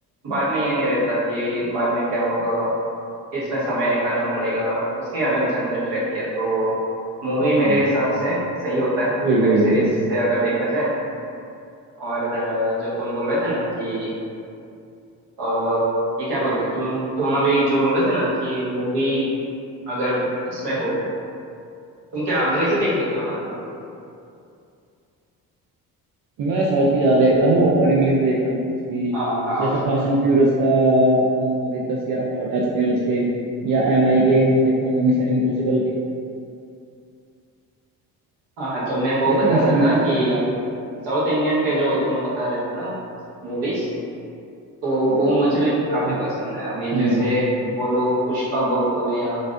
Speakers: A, on the right; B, on the right.
A: बाद में ये नहीं रहता कि बाद में क्या होगा इसमें समय निकालना पड़ेगा उसकी अलग झंझट रहती है तो मूवी
B: हम्म
A: मेरे हिसाब से सही होता है
B: वही
A: वेब
B: वही
A: सीरीज
B: वही
A: से अगर देखा जाए और अ, जो तुम बोल रहे थे ना कि अ, ये क्या बोलते तुम तुम अभी जो बोल रहे थे ना कि मूवी अगर इसमें हो तुम क्या अंग्रेजी देख लेते हो मतलब
B: मैं साउथ की ज्यादा देखता हूँ और इंग्लिश भी देखता हूँ इसकी
A: हाँ हाँ
B: जैसे फास्ट एंड फ्यूरियस का अ, अभी दस ग्यारह पार्ट आ चुके हैं उसके या एम आई के देखे होंगे मिशन इम्पॉसिबल के
A: हाँ तो मैं वो
B: देखे
A: बता
B: मिशन
A: रहा
B: इम्पॉसिबल
A: था कि
B: के पार्ट
A: साउथ इंडियन के जो तुम बता रहे थे ना मूवीज तो वो मुझे काफी
B: हम्म
A: पसंद है अभी
B: हम्म।
A: जैसे बोलो पुष्पा बोल दो या